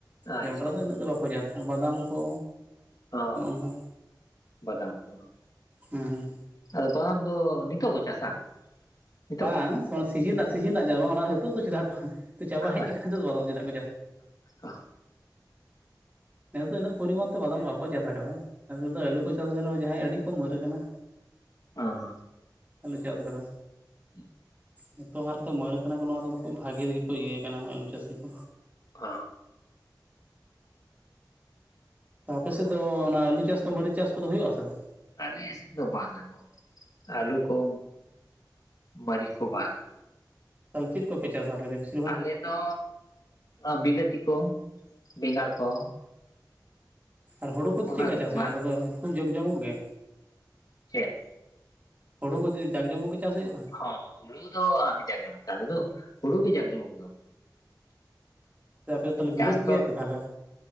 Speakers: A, on the left; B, on the right.
A: ᱟᱪᱪᱷᱟ
B: ᱡᱚᱱᱰᱨᱟ ᱫᱚ ᱤᱱᱟᱹᱜ ᱫᱚ ᱵᱟᱠᱚ ᱡᱟᱥᱟ ᱵᱟᱫᱟᱢ ᱠᱚ
A: ᱚ
B: ᱱᱚᱝᱠᱟ᱾
A: ᱵᱟᱫᱟᱢ ᱠᱚᱦᱚᱸ,
B: ᱦᱮᱸ
A: ᱟᱫᱚ ᱵᱟᱢ ᱫᱚ ᱱᱤᱛᱳᱜ ᱠᱚ ᱪᱟᱥᱟ? ᱱᱤᱛᱚᱜ
B: ᱵᱟᱝ
A: ᱜᱮ
B: ᱥᱤᱡᱤᱱ ᱨᱮᱱᱟᱜ ᱥᱤᱡᱤᱱ ᱨᱮᱱᱟᱜ ‍ᱡᱟ ᱵᱟᱝ ᱚᱱᱟ ᱫᱚ ᱱᱤᱛᱚᱜ ᱫᱚ ᱪᱮᱫ ᱠᱚ ᱪᱟᱵᱟ ᱦᱮᱡ
A: ᱟᱪᱪᱷᱟ
B: ᱟᱠᱟᱱ ᱫᱚ ᱵᱟ ᱪᱮᱫᱟᱜ ᱡᱟᱥ
A: ᱚ
B: ᱱᱮᱥ ᱫᱚ ᱤᱱᱟᱹᱜ ᱯᱚᱨᱤᱢᱟᱱ ᱛᱮ ᱵᱟᱫᱟᱢ ᱵᱟᱠᱚ ᱪᱟᱥ ᱟᱠᱟᱫᱟ ᱾ᱱᱤᱛᱚᱜ ᱫᱚ ᱟᱞᱩ ᱠᱚ ᱪᱟᱥ ᱞᱮ ᱨᱮᱦᱚᱸ ᱡᱟᱦᱟᱸᱭ ᱟᱹᱰᱤ ᱠᱚ ᱢᱟᱹᱨ ᱠᱟᱱᱟ,
A: ᱦᱚᱸ
B: ᱟᱞᱩ ᱪᱟᱥ ᱨᱮᱫᱚ,
A: <inaudible>
B: ᱡᱚᱛᱚ ᱦᱚᱲ‌ ᱛᱚ ᱢᱟᱹᱨ ᱟᱠᱟᱱᱟ ᱠᱚ ᱱᱚᱣᱟ ᱫᱷᱟᱣ ᱫᱚ ᱠᱷᱩᱵ ᱵᱷᱟᱜᱤ ᱨᱮᱜᱮ ᱠᱚ ᱤᱭᱟᱹ ᱟᱠᱟᱱᱟ ᱟᱹᱞᱩ ᱪᱟᱹᱥᱤ ᱠᱚ᱾
A: <unintelligible>
B: ᱟᱯᱮ ᱥᱮᱜ ᱫᱚ ᱚᱱᱟ ᱟᱹᱞᱩ ᱪᱟᱥ ᱠᱚ ᱢᱟᱹᱨᱤᱪ ᱪᱟᱥ ᱠᱚᱫᱚ ᱦᱩᱭᱩᱜᱼᱟ ᱥᱮ ᱵᱟᱝ?
A: ᱟᱞᱮ ᱤᱥᱤᱱ ᱫᱚ ᱵᱟᱝᱟ ᱜᱚ ᱟᱹᱞᱩ ᱠᱚ ᱢᱟᱹᱨᱤᱪ ᱠᱚ ᱵᱟᱝᱟ᱾
B: ᱛᱟᱦᱚᱞᱮ ᱪᱮᱫ ᱠᱚᱯᱮ ᱪᱟᱥᱟ <unintelligible>
A: ᱟᱞᱮ ᱫᱚᱻ ᱚ ᱵᱤᱞᱟᱹᱛᱤ ᱠᱚ ᱵᱮᱸᱜᱟᱲ ᱠᱚ᱾
B: ᱟᱨ ᱦᱩᱲᱩ ᱠᱚ
A: ᱚᱱᱟ
B: ᱪᱤᱠᱟ
A: ᱠᱚᱨᱮ
B: ᱪᱟᱥ ᱦᱩᱭᱩᱜᱼᱟ
A: ᱢᱟ
B: ᱚᱱᱛᱮ ᱫᱚ ᱠᱷᱩᱵ ᱡᱟᱠ ᱡᱚᱢᱚᱠ ᱜᱮ?
A: ᱪᱮᱫ,
B: ᱦᱩᱲᱩ ᱠᱩ ᱡᱩᱫᱤ ᱡᱟᱠ ᱡᱚᱢᱚᱠ ᱜᱮ ᱪᱟᱥ ᱦᱩᱭᱩᱜᱼᱟ?
A: ᱦᱚᱸ ᱦᱩᱲᱩ ᱫᱚ ᱟ ᱡᱟᱠᱡᱚᱢᱚᱠ ᱟᱞᱮ ᱫᱚ ᱦᱩᱲᱩ ᱜᱤ‌ ᱡᱟᱠᱡᱚᱢᱚᱠ ᱫᱚ᱾
B: ᱥᱮ ᱟᱯᱮ ᱛᱟᱦᱞᱮ ᱵᱤᱞᱟᱹᱛ
A: ᱪᱟᱥ
B: ᱜᱮᱭᱟ
A: ᱫᱚ
B: ᱯᱮ ᱛᱟᱦᱚᱞᱮ?